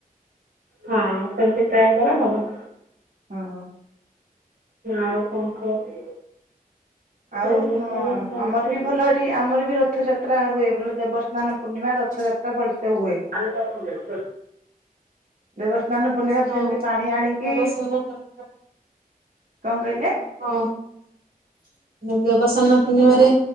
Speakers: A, on the right; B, on the right.
A: ହଁ ସେମିତି ଟ୍ରାଏ କର ହବ।
B: ହଁ।
A: ଆଉ କଣ କୁହ?
B: ଆଉ
A: ଏଇନା ସବୁ ଚାଲିଛି।
B: ଆମର ବି ଭଲ ଏ ଆମର ବି ରଥଯାତ୍ରା ହୁଏ, ବୋ ଦେବସ୍ନାନ ପୂର୍ଣ୍ଣିମା, ରଥଯାତ୍ରା ଭଲସେ ହୁଏ।
A: <inaudible>
B: ଦେବସ୍ଥାନ ପୂର୍ଣ୍ଣିିମା
A: ହଁ
B: ସେମିତି ପାଣି ଆଣିକି,
A: ଦେବସାନ୍ନ ପୂର୍ଣ୍ଣିମା
B: କଣ କହିଲେ?
A: ହଁ।
B: <inaudible>
A: <unintelligible> ପୂର୍ଣ୍ଣିମାରେ